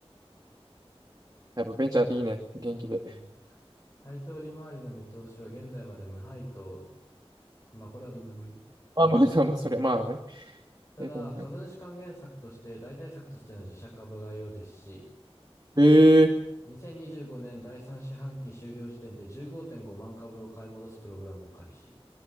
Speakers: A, on the right; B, on the left.
A: やっぱベンチャーっていいね。元気で。
B: うん。配当利回りの見通しは現在まで無配当。まあ、これはどうでもいい。
A: あ、まあ、まあ、それ、まあね。
B: ただ、
A: えでも入っ
B: 株主還元策として代替策としての自社株買いを実施。
A: てへえ。
B: 2025年第3四半期終了時点で15.5万株を買い戻すプログラムを開始。